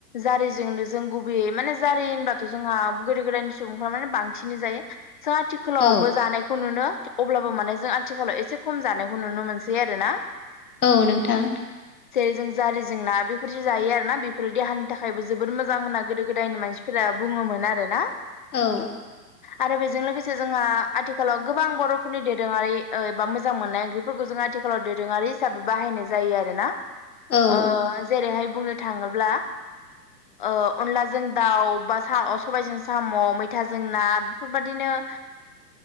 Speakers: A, on the left (about 35°); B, on the left (about 65°).
A: जारिजोंनो जों गुबैयै माने जारि होनबाथ' जोंहा गोदो गोदायनि सुबुंफ्रा माने बांसिन जायो। जाथो खोलावबो
B: औ
A: जानायखौ नुनो अब्लाबो माने जों आथिखालाव एसे खम जानायखौ नुनो मोनसै आरोना
B: औ नोंथां
A: जेरै जों जारिजों ना बेफोर जि जायो आरोना बेफोर देहानि थाखायबो जोबोद मोजां होनना गोदो गोदायनि मानसि फोरा बुङोमोन आरोना
B: औ
A: आरो बेजों लोगोसे जोंहा आथिखालाव गोबां बर'फोरनि दोरोङारि ओ एबा मोजां मोननाय ओंख्रि फोरखौ आथिखालाव दोरोङारि हिसाबै बाहायनाय जायो आरोना
B: औ
A: ओ जेरैहाय बुंनो थाङोब्ला
B: <inaudible>
A: ओ अनलाजों दाउ बा सबाइजों साम' मैथाजों ना बेफोरबायदिनो
B: <inaudible>